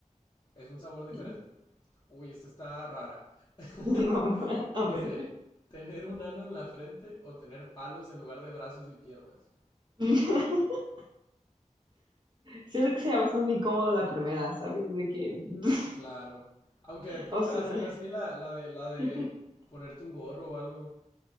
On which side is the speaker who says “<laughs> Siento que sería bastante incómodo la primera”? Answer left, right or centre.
Right